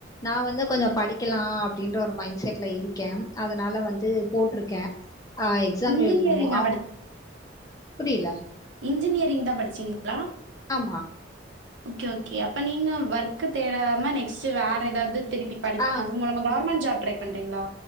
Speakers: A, on the left; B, on the right.
A: நா வந்து கொஞ்சம்
B: ம்.
A: படிக்கலா அப்டின் ட்டு ஒரு மைண்ட் செட்ல இருக்கே அதனால வந்து போட்ருக்கே ஆ எக்ஸாம்
B: இன்ஜினியரிங்கா
A: எழுதணு அவுங்க புரில
B: இன்ஜினியரிங்தா படிச்சீங்ளா
A: ஆமா
B: ஓகே ஓகே அப்ப நீங்க வெர்க்கு தேடாம நெக்ஸ்ட்டு வேற ஏதாவ்து திருப்பி படிப்
A: ஆ
B: அது மூலமா கவர்மெண்ட் ஜாப் ட்ரை பண்றீங்ளா